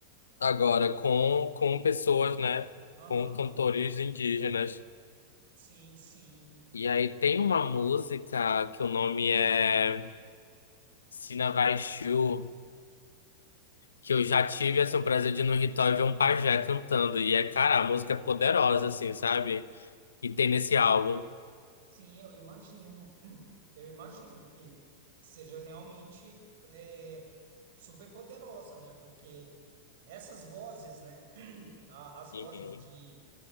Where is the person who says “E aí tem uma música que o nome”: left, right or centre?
Left